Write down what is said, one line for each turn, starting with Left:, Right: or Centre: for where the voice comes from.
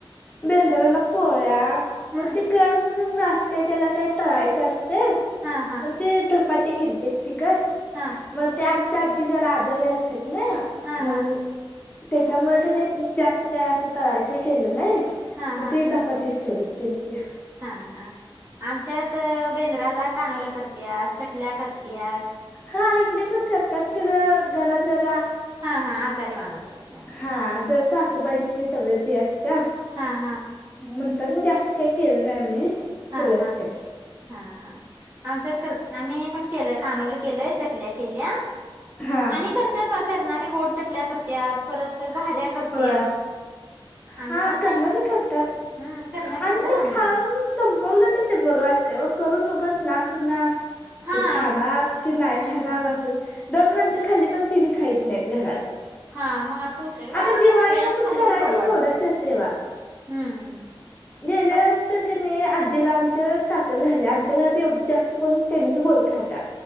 Left: बेंद्राला पोळ्या,
Right: हम्म
Left: मग ते -कर म्हणून असतंय, त्याला काय तळायचं असतय,
Right: हा हा
Left: म ते धपाटे केलते तिखट
Right: हा.
Left: मग त्या आमच्या आजी, जरा आजारी असत्यात ना,
Right: हा
Left: म्हणू
Right: हा
Left: त्याच्यामुळे
Right: ह
Left: कं नई, जास्त काय असं तळायचं केलं नई.
Right: हा हा
Left: म ते धपाटेच तेवढे केलते.
Right: हा हा, आमच्यात बेंद्राला कानोलं करत्यात, चकल्या करत्यात
Left: हा इकडं पण करत्यात खरं घरात जरा,
Right: हा हा आजारी माणूस असल्यामुळे
Left: हा जर सासूबाईंची बी तब्येत हे अस त्या?
Right: हा हा.
Left: म्हणता ना, जास्त काई केलं नाई आम्ही.
Right: हा
Left: तेवढंच
Right: हा,
Left: केलं
Right: हा हा. आमच्यात करत नाई, आम्ही आम्ही पण केलं. कानवलं केलंय, चकल्या केल्या
Left: हा हा
Right: आणि
Left: हा
Right: करत्यात बा करणारे गोड चकल्या करत्यात, परत घाऱ्या करत्यात
Left: होय
Right: आम्ही
Left: हा
Right: पण
Left: करणारे
Right: नाही केली
Left: करत्यात,
Right: हम्म करणारी करत्यात
Left: आणि ते
Right: आम्ही
Left: खाऊन
Right: नाही केली
Left: संपवलं तर ते बरं वाटतंय ओ, करून उगच नास हुनार
Right: हा
Left: ते खाणार की नाई
Right: हम्म
Left: खाणार असं दोन माणसे खाल्ली तर तीन खाईत नाहीत घरात
Right: हा, मग असं होतंय ओ
Left: आता दिवाळीला
Right: ते सगळ्यांनी
Left: पण
Right: खाल्लं
Left: करायचं
Right: तर बरं वाटतंय
Left: कोडंच येतंय बा
Right: हम्म
Left: गेल्या
Right: सग
Left: वेळेस तर क नई आजीला
Right: हम्म
Left: आम तर साखर झाल्या. आमच्या घरात एवढं जास्त कोण, त्यांनीच गोड खात्यात,